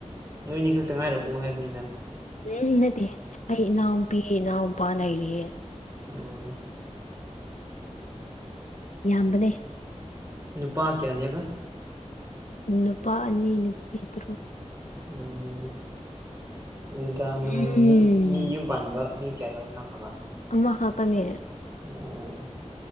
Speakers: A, on the right; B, on the left.
A: ꯅꯣꯏꯅꯤ ꯈꯛꯇ ꯉꯥꯏꯔꯕꯣ ꯍꯥꯏꯕꯅꯤꯗ꯫
B: ꯎꯝ ꯅꯠꯇꯦ ꯑꯩ ꯏꯅꯥꯎꯅꯨꯄꯤ ꯏꯅꯥꯎꯄꯥ ꯂꯩꯔꯤꯌꯦ꯫
A: ꯎꯝ
B: ꯌꯥꯝꯕꯅꯦ꯫
A: ꯅꯨꯄꯥ ꯀꯌꯥꯅꯦꯕ?
B: ꯅꯨꯄꯥ ꯑꯅꯤ ꯅꯨꯄꯤ ꯇꯔꯨꯛ꯫
A: <inaudible>
B: ꯎꯝ
A: ꯄꯥꯟꯕ ꯃꯤ ꯀꯌꯥ ꯌꯥꯎꯅꯈ꯭ꯔꯕ?
B: ꯑꯃ ꯈꯛꯇꯅꯦ
A: ꯎꯝ